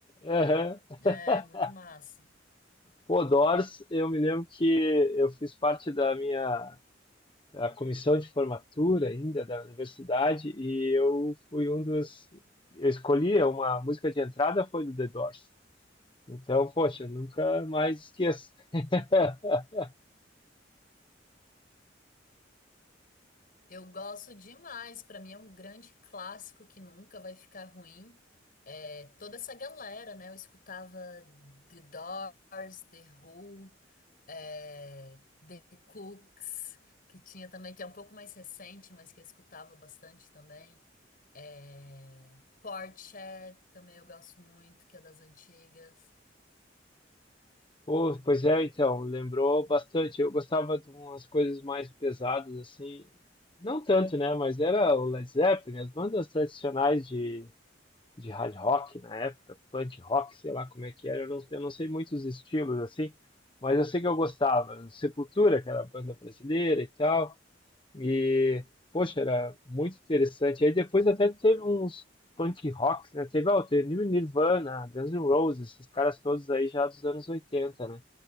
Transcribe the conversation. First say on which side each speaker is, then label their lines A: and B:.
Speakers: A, on the left; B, on the left.
A: Aham.
B: É,
A: <laughs>
B: muito massa.
A: Pô, Doors, eu me lembro que eu fiz parte da minha da comissão de formatura ainda da universidade e eu fui um dos. Eu escolhi uma música de entrada foi do The Doors. Então, poxa, nunca mais esqueço. <laughs>
B: Eu gosto demais, pra mim é um grande clássico que nunca vai ficar ruim. É, toda essa galera, né? Eu escutava The Doors, The Who, é, The Cooks, que tinha também, que é um pouco mais recente, mas que eu escutava bastante também. É... Portishead também eu gosto muito, que é das antigas.
A: Pô, pois é, então, lembrou bastante. Eu gostava de umas coisas mais pesadas, assim, não tanto, né? Mas era o Led Zeppelin, as bandas tradicionais de, de hard rock na época, punk rock, sei lá como é que era, eu não, eu não sei muitos estilos, assim, mas eu sei que eu gostava. Sepultura, que era a banda brasileira e tal. E, poxa, era muito interessante. Aí depois até teve uns punk rocks, né? Teve, ó, teve Nirvana, Guns N' Roses, esses caras todos aí já dos anos 80, né?